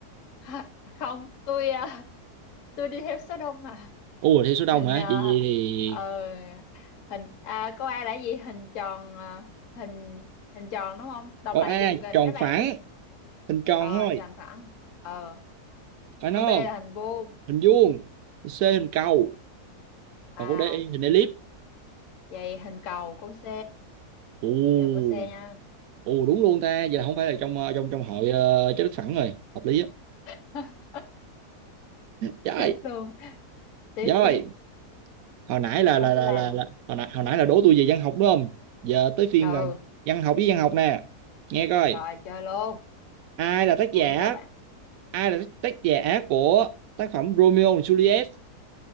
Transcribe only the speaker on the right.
u thì số đông
hả
vậy vậy thì
câu
A
tròn
phẳng
hình tròn
thôi
phải
không
hình vuông C hình cầu
còn câu D hình elip
u
Ồ đúng luôn ta, vậy là không phải là trong ờ, trong trong hội uh, trái đất phẳng rồi, hợp lý á.
Trời,
trời,
hồi nãy là
là là
là,
là hồi nãy, hồi nãy là đố tôi về văn học đúng không? Giờ tới phiên
là văn học với văn học nè. Nghe coi,
ai là tác
giả?
Ai là tác giả của tác phẩm Romeo and Juliet?